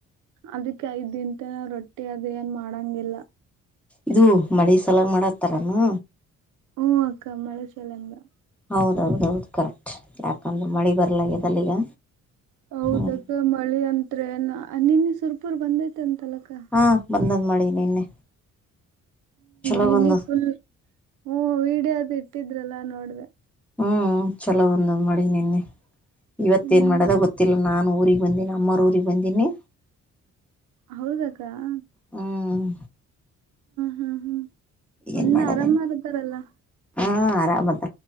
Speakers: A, on the right; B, in the centre.
A: ಅದಿಕ್ಕೆಐದ್ ದಿನ ತನ ರೊಟ್ಟಿ ಅದ ಏನ್ ಮಾಡಂಗಿಲ್ಲ.
B: ಇದು ಮಳೆ ಸಲಾಗ್ ಮಾಡತ್ತಾರೇನು?.
A: ಹ್ಮ್, ಅಕ್ಕ ಮಳೆ ಸಲಾಗಿಂದಾ
B: ಹೌದೌದ ಹೌದು ಕರೆಕ್ಟ್ ಯಾಕಂದ್ರೆ ಮಳಿ ಬರ್ಲಾಗದಲ್ಲಾ ಈಗ.
A: ಹೌದಾಕ್ಕ
B: ಹ್ಮ್
A: ಮಳಿ ಅಂದ್ರೆ ಎನ್ ಅನಿ ನು ಸುರ್ಪುರ್ ಬಂದೈತೆ ಅಂತಲಕ್ಕಾ.
B: ಹಾ ಬಂದದ್ ಮಳೆ ನಿನ್ನೆ ಚಲೋ
A: ನಿನ್ನೆ
B: ಬಂದಾದ.
A: ಫುಲ್ ಹ್ಮ್, ವಿಡಿಯೋ ಅದು ಇಟ್ಟಿದ್ರಲ್ಲಾ ನೋಡ್ದೆ.
B: ಹ್ಮ್, ಚಲೋ ಒಂದ್ ಮಾಡಿ ನಿನ್ನೆ ಇವತ್ತ
A: ಹ್ಮ್
B: ಏನ್ ಮಾಡ್ಯದ ಗೊತ್ತಿಲ್ಲ ನಾನು ಊರಿಗೆ. ಒಂದೀನಾ ಅಮ್ಮರೂರಿಗೆ ಬಂದೀನಿ.
A: ಹೌದಕ್ಕ, -
B: ಹ್ಮ್,
A: ಹಾ ಹಾ ಅಣ್ಣ
B: ಏನ್ ಮಾಡದೇನ್
A: ಆರಾಮಾಗಿದ್ದಾರಲ್ಲಾ
B: ಹಾ ಆರಾಮಅದ